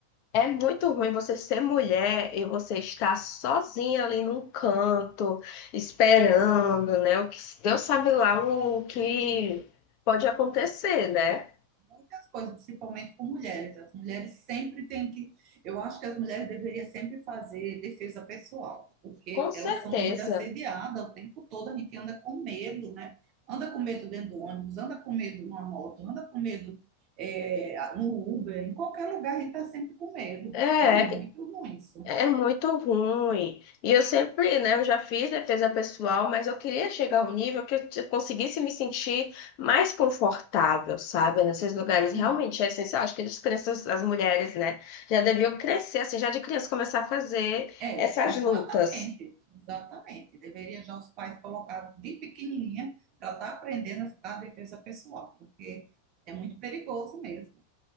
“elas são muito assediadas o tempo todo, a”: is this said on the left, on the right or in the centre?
Right